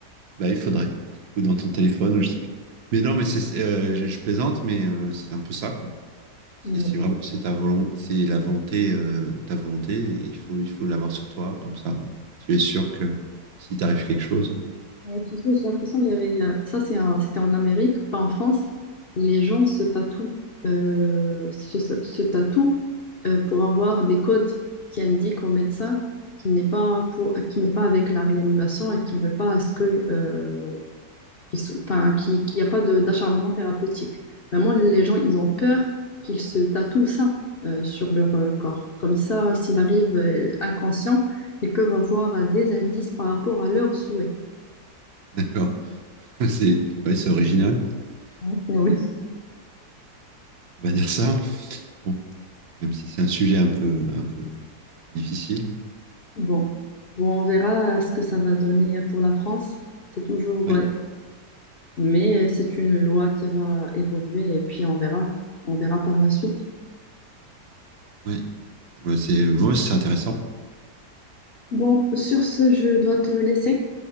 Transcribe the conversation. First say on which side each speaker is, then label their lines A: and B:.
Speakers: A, on the right; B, on the left.
A: Bah, il faudrait. Ou dans ton téléphone, ou je sais pas. Mais non, mais c'est, c'est, euh, je, je plaisante, mais euh, c'est un peu ça, quoi. Si,
B: Ouais.
A: si vraiment c'est ta volonté, c'est la volonté, euh, ta volonté, il faut, il faut l'avoir sur toi, comme ça, tu es sûr que si t'arrive quelque chose,
B: Et tu sais, j'ai l'impression qu'il y avait... euh, Ça, c'est un- c'était en Amérique, pas en France. Les gens se tatouent, euh, se, se se tatouent euh, pour avoir des codes qui indiquent au médecin qu'il n'est pas, pour, qu'il n'est pas avec la réanimation et qu'il ne veut pas à ce que, euh, qu'il so- enfin, qu'il, qu'il n'y a pas de- d'acharnement thérapeutique. Vraiment, les gens, ils ont peur qu'ils se tatouent ça euh, sur leur euh, corps. Comme ça, s'il arrive euh, inconscient, ils peuvent avoir euh, des indices par rapport à leurs souhaits.
A: <laughs> d'accord, <laughs> c'est, ouais, c'est original,
B: Donc,
A: mais
B: euh, Oui,
A: on va dire ça, bon, même si c'est un sujet un peu, un peu difficile.
B: Bon. Bon, on verra euh, ce que ça va donner pour la France. C'est toujours,
A: Ouais,
B: euh, mais euh, c'est une loi qui va évoluer et puis on verra, on verra par la suite.
A: ouais, Ouais, c'est, ouais, c'est intéressant.
B: Bon, sur ce, je dois te laisser